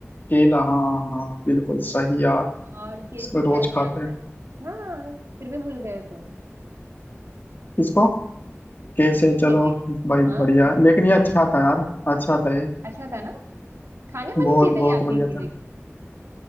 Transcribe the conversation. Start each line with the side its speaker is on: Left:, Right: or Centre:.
Left: केला हाँ हाँ बिल्कुल सही यार
Right: और के
Left: इसको
Right: से क्या
Left: रोज
Right: क्या
Left: खाते
Right: आता
Left: हैं
Right: है हाँ फिर भी भूल गए तुम
Left: किसको कैसे चलो
Right: केले को
Left: भाई
Right: हाँ
Left: बढ़िया लेकिन ये अच्छा था यार अच्छा था ये
Right: अच्छा था ना खाने वाली
Left: बहुत
Right: चीजें
Left: बहुत
Right: याद
Left: बढ़िया
Right: नहीं थी
Left: था
Right: लेकिन